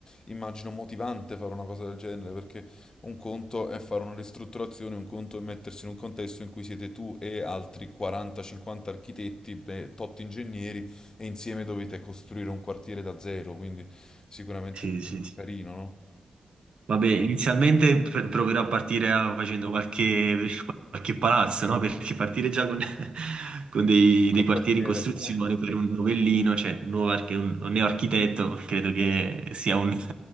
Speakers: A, on the left (about 35°); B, on the right (about 60°).
A: immagino, motivante fare una cosa del genere, perché un conto è fare una ristrutturazione, un conto è mettersi in un contesto in cui siete tu e altri 40-50 architetti, e tot ingegneri, e insieme dovete costruire un quartiere da zero, quindi sicuramente
B: sì,
A: più
B: sì. sì.
A: carino, no?
B: Vabbè, inizialmente pr- proverò a partire a- facendo qualche, qualche palazzo, no? Perché partire già con, <laughs> con
A: Mm,
B: dei,
A: Col
B: dei quartieri
A: quartiere.
B: in costruzione
A: eh.
B: per un novellino, cioè un nuovo archi- un- un neoarchitetto, credo che sia un, <laughs>